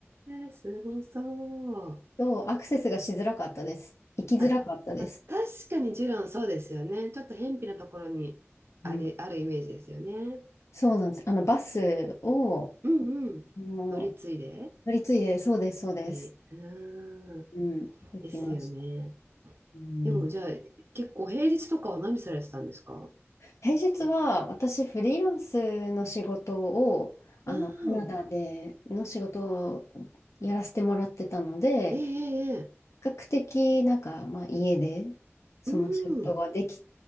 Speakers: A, on the right; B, on the left.
A: え、すごそう。
B: そう、アクセスがしづらかったです。行きづらかったです。
A: あ、まあ、確かにジュランそうですよね。ちょっと偏僻なところにあれ、
B: うん。
A: あるイメージですよね。
B: そうなんです。あの、バスを、
A: うんうん。
B: あの
A: 乗り継いで、やっ
B: 乗り継いで、そうです、そうです。
A: ぱり。うーん。
B: うん、行きました。
A: ですよね。
B: うん、
A: でもじゃあ、結構平日とかは何されてたんですか
B: 平日は私、フリーランスの仕事を、あの、
A: うん。
B: カナダでの仕事をやらせてもらってたので、
A: ええええ。ええ
B: 比較的、なんか、まあ、家で、その仕事ができ
A: うん。